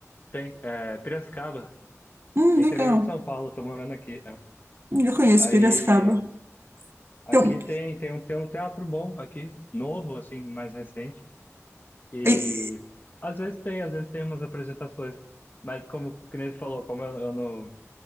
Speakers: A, on the left; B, on the right.
A: tenho. É, Piracicaba,
B: Hum,
A: interior
B: legal.
A: de São Paulo, tô morando aqui. é.
B: Hum, Eu conheço
A: Aí
B: Piracicaba.
A: aqui
B: Então,
A: tem, tem um, tem um teatro bom aqui, novo, assim, mais recente. E
B: e-
A: às vezes tem, às vezes tem umas apresentações, mas como que nem falou, como eu, eu não,